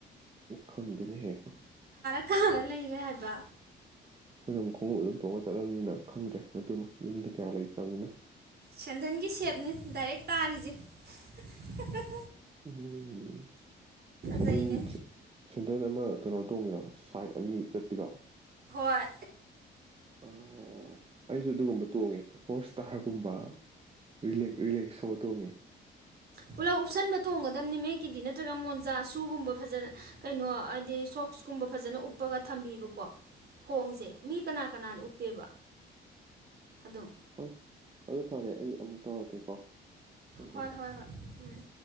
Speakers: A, on the right; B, on the right.
A: ꯈꯪꯗꯦꯅꯦ ꯍꯦ
B: ꯑꯥꯍ ꯂꯩꯔꯦ ꯍꯥꯏꯕꯥ
A: ꯑꯩꯈꯣꯏꯅꯃꯨꯛ ꯈꯣꯡꯎꯞ ꯑꯗꯨꯝ ꯇꯣꯡꯉ ꯆꯠꯂꯝꯅꯤꯅ ꯈꯪꯗ꯭ꯔꯦ ꯃꯗꯨꯃ ꯌꯨꯝꯗ ꯀꯌꯥ ꯂꯩꯇ꯭ꯔꯝꯅꯤꯅ
B: ꯁꯦꯟꯗꯟꯒꯤ ꯁꯦꯞꯅꯤ ꯗꯥꯏꯔꯦꯛ ꯇꯥꯔꯤꯖꯦ ꯍ ꯍ
A: ꯎꯝ ꯁꯦꯟꯗꯟ
B: ꯐꯖꯩꯅꯦ
A: ꯁꯦꯟꯗꯟ ꯑꯝ ꯑꯃꯥ ꯀꯩꯅꯣ ꯇꯣꯡꯉꯤꯔꯣ ꯁꯥꯏꯠ ꯑꯅꯤ ꯆꯠꯄꯤꯗꯣ
B: ꯍꯣꯏ ꯍꯣꯏ
A: ꯑꯥ ꯑꯩꯖꯨ ꯑꯗꯨꯒꯨꯝꯕ ꯇꯣꯡꯉꯦ ꯍꯣꯔꯁ ꯁꯇꯥꯔꯒꯨꯝꯕꯥ ꯔꯤꯂꯦꯛ ꯔꯤꯂꯦꯛꯁꯣ ꯇꯣꯡꯉꯦ
B: ꯄꯨꯂꯞ ꯎꯞꯁꯟꯕ ꯇꯣꯡꯒꯗꯝꯅꯤ ꯃꯌꯦꯛꯀꯤꯗꯤ ꯅꯠꯇ꯭ꯔꯒ ꯃꯣꯟꯖꯥ ꯁꯨꯒꯨꯝꯕ ꯐꯖꯅ ꯀꯩꯅꯣ ꯍꯥꯏꯗꯤ ꯁꯣꯛ ꯁ ꯀꯨꯝꯕ ꯐꯖꯅ ꯎꯞꯄꯒ ꯊꯝꯕꯤꯕꯀꯣ ꯈꯣꯡꯖꯦ ꯃꯤ ꯀꯅꯥ ꯀꯅꯥꯅ ꯎꯞꯄꯦꯕꯥ ꯑꯗꯨꯝ
A: ꯍꯣꯏ ꯑꯗꯨ ꯐꯔꯦ ꯑꯩ ꯑꯃꯨꯛ ꯇꯧꯔꯛꯀꯦꯀꯣ ꯊꯝꯒꯦ
B: ꯍꯣꯏ ꯍꯣꯏ ꯍꯣꯏ ꯎꯝ